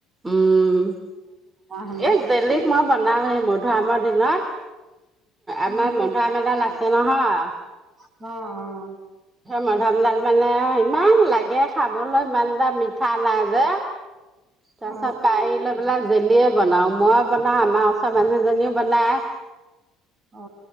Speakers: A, on the right (about 15°); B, on the right (about 35°).
A: উম
B: হলো
A: এই জেলিক মই বনামে এই মধুআমৰ দিনত। আমাৰ
B: অ
A: মধাআম এডাল আছে নহয়,
B: অ অ। অ।
A: মধামডাল মানে ইমান লাগে খাবলৈ ইমান দাম মি ঠা নাই যে তাৰ
B: অ
A: চত পাই আহি লৈ পেলাই জেলিয়ে। বনাও মই বনাওঁ আমাৰ ওচৰ মানুহজনীও বনায়।
B: অ